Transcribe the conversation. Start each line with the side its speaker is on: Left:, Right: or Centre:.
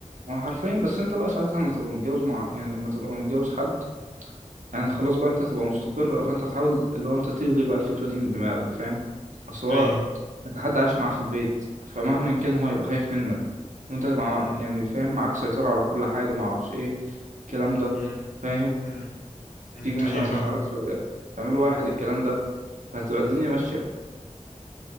Right: هو حرفيا بس انت بقى ساعتها لما تبقى متجوز مع يعني لما تبقى متجوز حد يعني خلاص بقى انت هتبقى مستقر فانت هتحاول اللي هو انت تلغي بقى الفكرة دي من دماغك فاهم اصل هو
Left: ايوه
Right: انت حد عايش معاه في البيت فمهما كان هو هيبقى خايف منك وانت مع
Left: امم
Right: يعني فاهم معاك سيطرة على كل حاجة معرفش ايه الكلام ده
Left: امم
Right: فاهم
Left: امم امم
Right: تيجي مثلا
Left: ايوه فاهم
Right: مش عارف اه، تعملوا واحد الكلام ده فهتبقى
Left: امم
Right: الدنيا ماشية